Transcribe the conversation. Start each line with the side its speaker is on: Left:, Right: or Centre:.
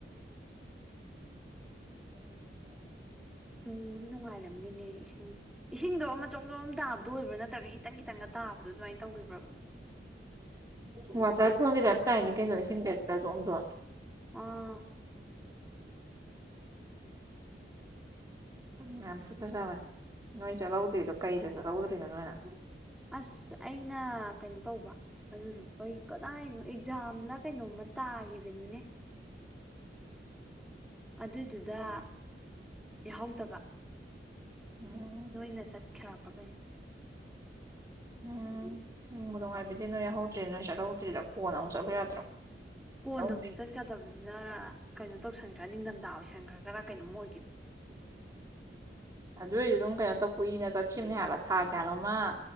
Right: ꯀꯗꯃꯣ
Centre: ꯅꯣꯡꯕꯨꯗꯤ ꯅꯨꯡꯉꯥꯏꯔꯝꯅꯤꯅꯦ ꯏꯁꯤꯡ ꯏꯁꯤꯡꯗꯣ ꯑꯃ ꯑꯆꯣꯝ ꯑꯆꯝ ꯇꯥꯕꯗ ꯑꯣꯏꯕ꯭ꯔꯥ ꯅꯠꯇ꯭ꯔꯒ ꯍꯈꯤꯇꯪ ꯈꯤꯇꯪꯒ ꯇꯥꯕꯗꯣ ꯑꯗꯨꯃꯥꯏꯅ ꯇꯧꯈꯤꯕ꯭ꯔꯣꯕ
Right: ꯎ ꯋꯥꯇ ꯐꯣꯡꯒꯦꯗ ꯍꯥꯏꯝꯇꯥꯏꯅꯤ ꯀꯩꯅꯣ ꯏꯁꯤꯡ ꯀꯦꯛꯇ ꯆꯣꯡꯝ ꯆꯦ
Centre: ꯑꯥ
Right: ꯎ ꯌꯥꯝ ꯊꯨ ꯐꯖꯕꯅꯦ ꯅꯣꯏ ꯆꯠꯍꯧꯗ꯭ꯔꯤꯗꯣ ꯀꯩꯗ ꯆꯠꯍꯧꯗ꯭ꯔꯤꯅꯣ ꯅꯣꯏꯅ
Centre: ꯑꯁ ꯑꯩꯅ ꯀꯩꯅꯣ ꯇꯧꯕ ꯑꯗꯨꯗꯣ ꯀꯩ ꯀꯗꯥꯏꯅꯣ ꯑꯦꯛꯖꯥꯝꯅ ꯀꯩꯅꯣꯝꯃ ꯇꯥꯒꯤꯈꯤꯕꯅꯤꯅꯦ
Right: ꯎ
Centre: ꯑꯗꯨꯏꯗꯨꯗ ꯌꯥꯍꯧꯗꯕ
Right: ꯎꯝ
Centre: ꯅꯣꯏꯅ ꯆꯠꯈ꯭ꯔꯕꯒꯩꯅꯣ
Right: ꯎꯝ ꯎꯪꯕꯨ ꯅꯨꯡꯉꯥꯏꯕꯤꯗꯤ ꯅꯣꯏ ꯌꯥꯎꯍꯧꯗ꯭ꯔꯦ ꯅꯣꯏ ꯆꯠꯊꯍꯧꯗ꯭ꯔꯤꯗ ꯀꯣꯟꯅ ꯑꯃꯨꯛ ꯆꯠꯂꯨ ꯌꯥꯗ꯭ꯔꯣ
Centre: ꯀꯣꯟ
Right: ꯑꯗꯨꯝ
Centre: ꯑꯃꯨꯛ ꯆꯠꯀꯗꯕꯅꯤꯅ ꯀꯩꯅꯣ ꯇꯧꯁꯟꯈ꯭ꯔꯥ ꯅꯤꯡꯊꯝꯊꯥ ꯑꯣꯏꯁꯟꯈ꯭ꯔꯥꯒꯔꯥ ꯀꯩꯅꯣꯝ ꯑꯣꯏꯈꯤꯕ <unintelligible>
Right: ꯑꯗꯨꯏꯁꯨ ꯑꯗꯨꯝ ꯀꯩꯅꯣ ꯇꯧ ꯀꯨꯏꯅ ꯆꯠꯈꯤꯕꯅꯦ ꯍꯥꯏꯕ ꯊꯥ ꯀꯌꯥꯅꯣꯝꯃ